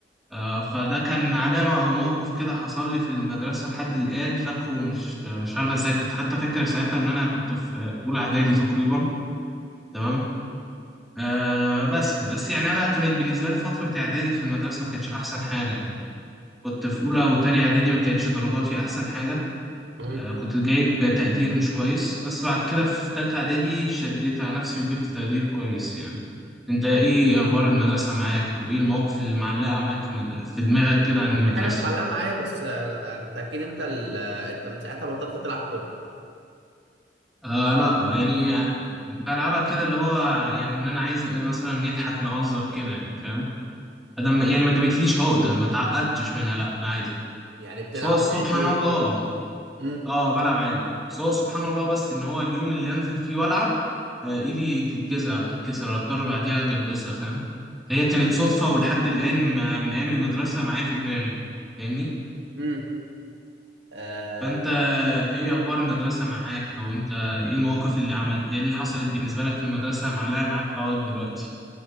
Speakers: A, in the centre; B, on the right.
A: آه فده كان علامة او موقف كده حصل لي في المدرسة لحد الآن فاكره ومش مش عارف ازاي كنت حتى فاكر ساعتها ان انا كنت في اولى اعدادي تقريبا تمام آه بس بس يعني انا كانت بالنسبه لي فتره اعدادي في المدرسه ما كانتش احسن حاجه يعني كنت في اولى وتانية اعدادي ما كانتش درجاتي احسن حاجه
B: مم.
A: آه، كنت جايب تقدير مش كويس بس بعد كده في تالتة إعدادي شديت على نفسي وجبت تقدير كويس يعني أنت إيه
B: أنت-
A: أخبار المدرسة معاك أو إيه المواقف اللي معلقة معاك في مد- في دماغك كده عن
B: في
A: المدرسة؟
B: حاجات معلقة معايا بس آه، أنت أكيد أنت ال- أنت من ساعتها بطلت تلعب كورة
A: آه لأ يعني بلعبها كده اللي هو يعني إن أنا عايز مثلا نضحك نهزر كده يعني فاهم؟ أدم يعني ما جابتليش عقدة ما تعقدتش منها لأ عادي
B: يعني بتلعب
A: بس هو سبحان
B: عادي
A: الله
B: و- مم،
A: اه بلعب عادي بس هو سبحان الله بس ان هو اليوم اللي انزل فيه والعب آه، ايدي تتجزع او تتكسر اضطر بعديها اجبسها فاهم هي كانت صدفه ولحد الان مع من ايام المدرسه معايا في دماغي فاهمني
B: مم. آه،
A: فانت ايه اخبار المدرسه معاك او انت ايه المواقف اللي عملت ايه اللي حصلت بالنسبه لك في المدرسه معلقه معاك لغايه دلوقتي